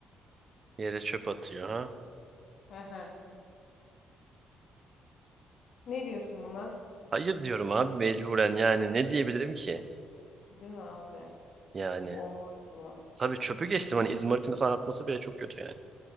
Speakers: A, on the right; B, on the left.
A: Yere çöp atıyor ha.
B: Aha. Ne diyorsun buna?
A: Hayır diyorum abi mecburen yani ne diyebilirim ki?
B: Değil mi abi?
A: Yani
B: Olmaz bu.
A: tabii çöpü geçtim hani izmaritini falan atması bile çok kötü yani.